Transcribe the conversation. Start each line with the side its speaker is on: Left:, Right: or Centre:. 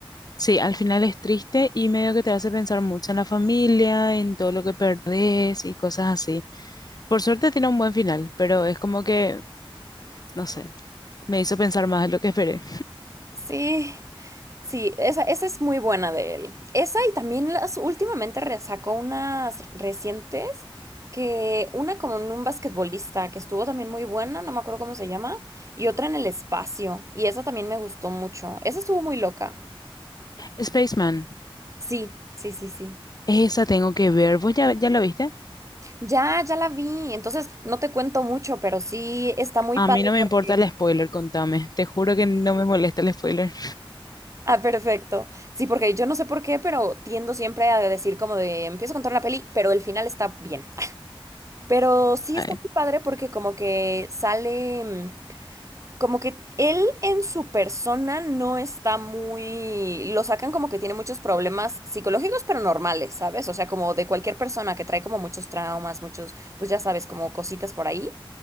Left: Sí, al final es triste y medio que te hace pensar mucho en la familia, en todo lo que perdés y cosas así. Por suerte tiene un buen final, pero es como que, no sé, me hizo pensar más de lo que esperé.
Right: Sí. Sí, esa, esa es muy buena de él. Esa y también las últimamente re- sacó unas recientes que una con un basquetbolista que estuvo también muy buena, no me acuerdo cómo se llama, y otra en el espacio, y esa también me gustó mucho. Esa estuvo muy loca.
Left: Spaceman,
Right: Sí, sí, sí, sí.
Left: esa tengo que ver. ¿Vos ya, ya la viste?
Right: Ya, ya la vi. Entonces, no te cuento mucho, pero sí está muy
Left: A
Right: padre
Left: mí no me
Right: porque
Left: importa el spoiler, contame. Te juro que no me molesta el spoiler.
Right: <laughs> Ah, perfecto. Sí, porque yo no sé por qué, pero tiendo siempre a decir como de empiezo a contar una peli, pero el final está bien. Pero sí
Left: Ay,
Right: está muy padre porque como que sale, mm, como que él en su persona no está muy, lo sacan como que tiene muchos problemas psicológicos, pero normales, ¿sabes? O sea, como de cualquier persona que trae como muchos traumas, muchos, pues ya sabes, como cositas por ahí.